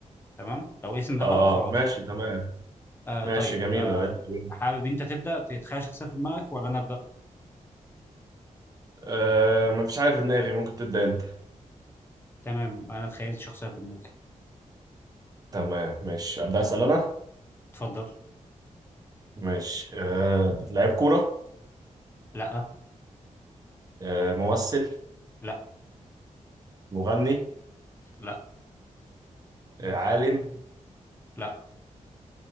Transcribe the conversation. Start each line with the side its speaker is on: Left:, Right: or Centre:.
Left: تمام لو الاسم ده
Right: اه
Left: غلط خلاص
Right: ماشي تمام
Left: آه
Right: ماشي
Left: طيب
Right: جميلة
Left: آه
Right: يلا بينا
Left: حابب انت تبدا تتخيل شخصيه في دماغك ولا انا ابدا
Right: آه مفيش حاجة في دماغي ممكن تبدأ انت
Left: تمام انا تخيلت شخصيه في دماغي
Right: تمام ماشي أبدأ أسأل انا
Left: اتفضل
Right: ماشي آه لعيب كورة
Left: لا
Right: آه ممثل
Left: لا
Right: مغني
Left: لا
Right: آه عالم
Left: لا